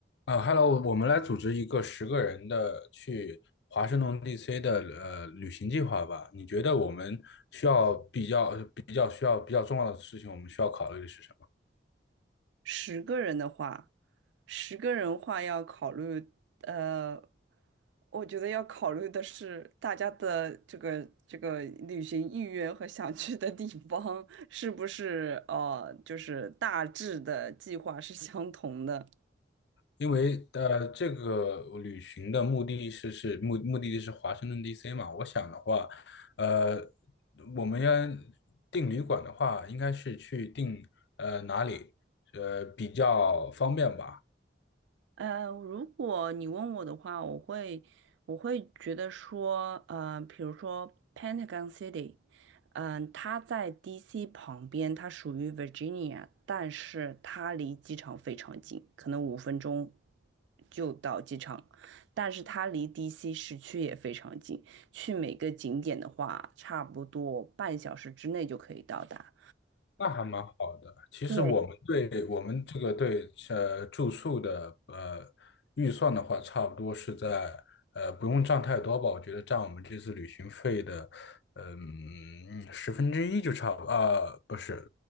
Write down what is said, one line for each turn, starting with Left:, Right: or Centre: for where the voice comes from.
Left: 啊 h e l l o 我们来组织一个十个人的去华盛顿 DC 的呃旅行计划吧。你觉得我们需要比较比较需要比较重要的事情，我们需要考虑的是什么？
Right: 十个人的话，十个人话要考虑，呃，我觉得要考虑的是大家的这个这个旅行意愿和想去的地方是不是呃，就是大致的计划是相同的。
Left: 因为呃，这个旅行的目的是是目目的地是华盛顿 DC 嘛。我想的话，呃，我们要订旅馆的话，应该是去订呃哪里呃比较方便吧？
Right: 呃，如果你问我的话，我会我会觉得说，呃，比如说 Pentagon City，嗯、它在 DC 旁边，它属于 Virginia，但是它离机场非常近，可能五分钟就到机场，但是它离 DC 市区也非常近，去每个景点的话，差不多半小时之内就可以到达。
Left: 那还蛮好的。其实我们对我们这个对呃住宿的呃预算的话，
Right: 对，
Left: 差不多是在呃不用占太多吧。我觉得占我们这次旅行费的嗯十分之一就差不啊、不是